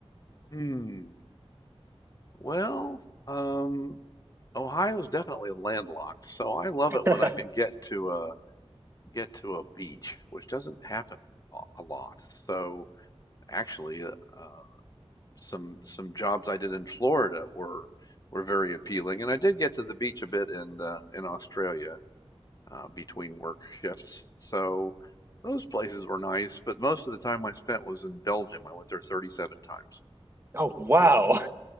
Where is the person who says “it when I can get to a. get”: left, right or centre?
Left